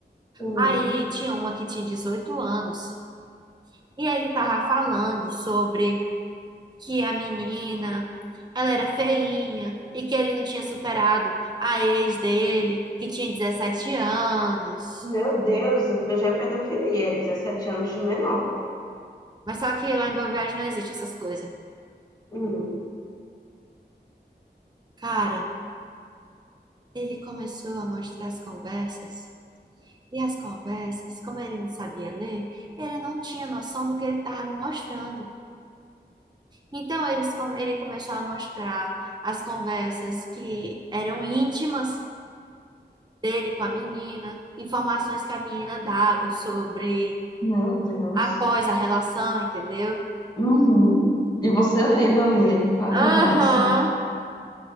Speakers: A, on the left; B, on the right.
A: Hum.
B: Aí tinha uma que tinha 18 anos e ele tava falando sobre que a menina Ela era feinha e que ele não tinha superado a ex dele, que tinha 17 anos.
A: Meu Deus, já é pedofilia, é 17 anos de menor.
B: Mas só que lá em Boa Viagem não existe essas coisas.
A: Hum.
B: Cara, Ele começou a mostrar as conversas, e as conversas, como ele não sabia ler, ele não tinha noção do que ele estava me mostrando. Então eles, ele começou a mostrar as conversas que eram íntimas dele com a menina, informações que a menina dava sobre
A: Meu Deus.
B: após a relação, entendeu?
A: Uhum. E você lendo ali a
B: Aham.
A: conversa.